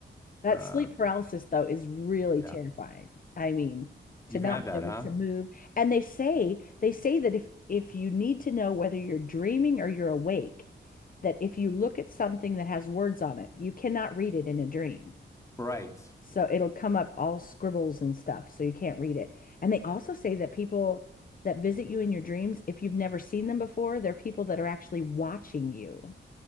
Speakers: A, on the left; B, on the left.
A: That
B: Uh
A: sleep paralysis, though, is really
B: yeah.
A: terrifying. I mean,
B: You've
A: to not
B: had
A: be
B: that,
A: able
B: huh?
A: to move. And they say they say that if if you need to know whether you're dreaming or you're awake, that if you look at something that has words on it, you cannot read it in a dream.
B: Right.
A: So it'll come up all scribbles and stuff, so you can't read it. And they also say that people that visit you in your dreams, if you've never seen them before, they're people that are actually watching you.